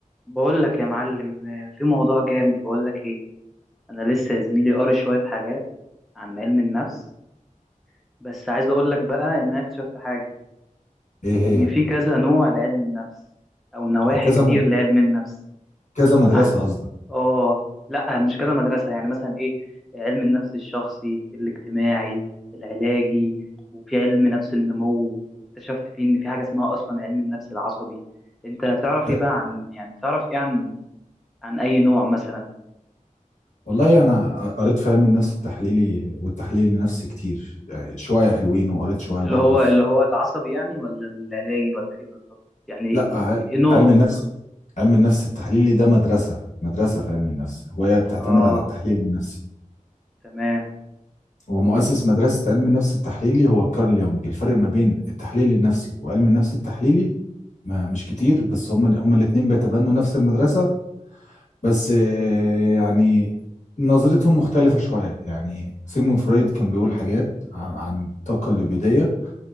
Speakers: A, in the centre; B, on the left (about 60°).
A: بقول لك يا معلم آه، في موضوع جامد بقول لك ايه انا لسه يا زميلي قاري شويه حاجات عن علم النفس بس عايز اقول لك بقى ان انا اكتشفت حاجه
B: ايه هي
A: ان في كذا نوع لعلم النفس او نواحي
B: كذا
A: كتير
B: مد...
A: لعلم النفس
B: كذا مدرسة
A: اه
B: قصدك
A: آه، لا مش كذا مدرسه يعني مثلا ايه علم النفس الشخصي الاجتماعي العلاجي وفي علم نفس النمو واكتشفت فيه ان في حاجه اسمها اصلا علم النفس العصبي انت تعرف
B: ايوه
A: ايه بقى عن يعني تعرف ايه عن عن اي نوع مثلا
B: والله انا قريت في علم النفس التحليلي والتحليل النفسي كتير يعني شوية حلوين وقريت شوية
A: اللي
B: برضو
A: هو
B: في
A: اللي هو العصبي يعني ولا العلاجي ولا ايه بالظبط يعني
B: لا ع-
A: إيه نوعه
B: علم النفس علم النفس التحليلي ده مدرسة مدرسة في علم النفس وهي بتعتمد
A: اه
B: على التحليل النفسي
A: تمام
B: ومؤسس مدرسة علم النفس التحليلي هو كارل يونج الفرق ما بين التحليل النفسي وعلم النفس التحليلي ما مش كتير بس هما هما الاتنين بيتبنوا نفس المدرسة بس آه، يعني نظرتهم مختلفة شوية يعني سيجموند فرويد كان بيقول حاجات عن عن الطاقة الليبيدية